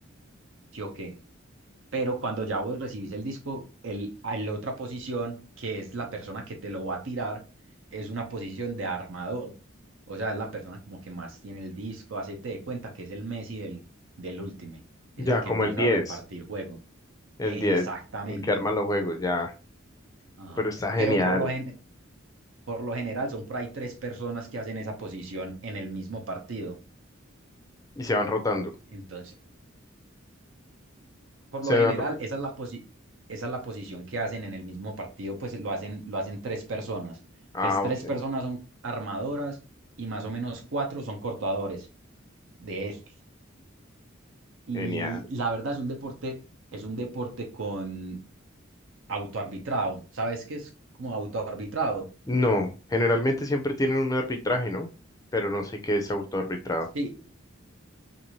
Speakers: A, on the right; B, on the left.
A: ¿Sí o qué? pero cuando ya vos recibís el disco, el, a la otra posición, que es la persona que te lo va a tirar, es una posición de armador. O sea, es la persona como que más tiene el disco, hacete de cuenta que es el Messi del, del Ultimate, es
B: ya,
A: el que
B: como
A: empieza
B: el diez
A: a repartir juego.
B: el
A: Exactamente.
B: diez el que arma los juegos, ya.
A: Ajá.
B: Pero está genial.
A: Pero por lo, gen- por lo general son por ahí tres personas que hacen esa posición en el mismo partido.
B: Y se van rotando.
A: Entonces, Por
B: Se
A: lo general,
B: van... ro-
A: esa es la posi- esa es la posición que hacen en el mismo partido, pues lo hacen, lo hacen tres personas.
B: Ah,
A: Entonces, tres
B: ok,
A: personas son armadoras y más o menos cuatro son cortadores de estos. Y
B: genial.
A: la verdad es un deporte, es un deporte con autoarbitrado. ¿Sabes qué es como autoarbitrado?
B: No, generalmente siempre tienen un arbitraje, ¿no? Pero no sé qué es autoarbitrado.
A: Sí,